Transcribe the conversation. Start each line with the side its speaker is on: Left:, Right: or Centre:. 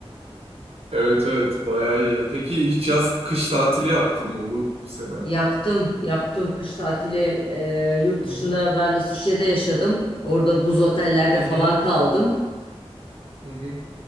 Right: Evet evet bayağı iyi ya. Peki hiç yaz kış tatili yaptın mı bu, bu sene?
Left: Yaptım. Yaptım kış tatili. Ee, yurt
Right: Hı hı.
Left: dışında ben İsviçre'de yaşadım. Orada buz otellerde
Right: Hı hı.
Left: falan kaldım.
Right: Hı hı.